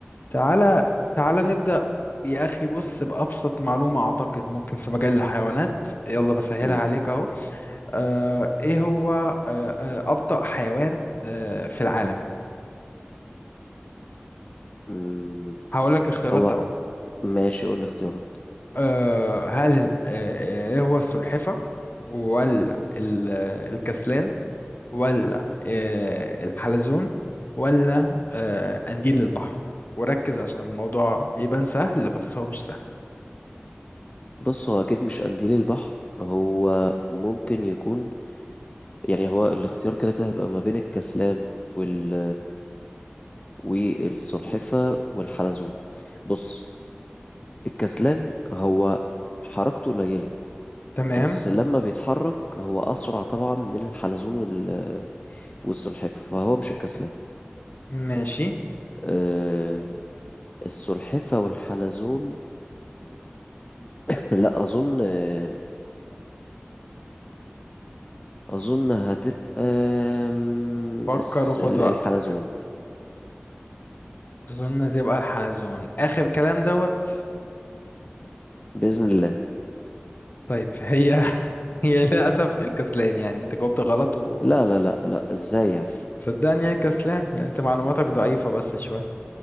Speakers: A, on the left; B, on the left.
A: تعالى تعالى نبدأ يا أخي بص بأبسط معلومة أعتقد ممكن في مجال الحيوانات يلا بسهلها
B: م-
A: عليك أهو آه إيه هو آه آه أبطأ حيوان آه في العالم
B: م.
A: هقول لك اختيارات
B: هو
A: طبعا
B: ماشي قول لي اختيارات
A: آه هل آه آه، إيه هو السلحفة ولا ال- آه، الكسلان ولا آه الحلزون ولا آه قنديل البحر وركز عشان الموضوع يبان سهل بس هو مش سهل
B: بص هو اكيد مش قنديل البحر هو ممكن يكون يعني هو الاختيار كده كده هيبقى ما بين الكسلان وال والسلحفة والحلزون بص الكسلان هو حركته قليلة
A: تمام
B: بس لما بيتحرك هو أسرع طبعا من الحلزون وال- والسلحفة فهو مش الكسلان
A: ماشي
B: آه، السلحفة والحلزون <clears throat> لا أظن آه، أظن هتبقى آم،
A: فكر
B: الس-
A: وخد
B: ال-
A: وقتك
B: الحلزون
A: أظن تبقى الحلزون آخر كلام دوت
B: بإذن الله
A: طيب هي <laughs> هي للأسف الكسلان يعني أنت جاوبت غلط و
B: لا لا لا لا إزاي يعني
A: ص- صدقني هي الكسلان أنت معلوماتك ضعيفة بس شوية